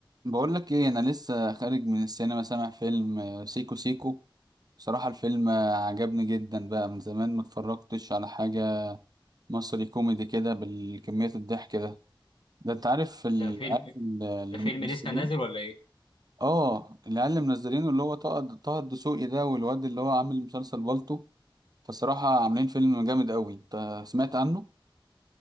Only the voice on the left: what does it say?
ده فيلم
<laughs>
ده فيلم لسه نازل ولا ايه؟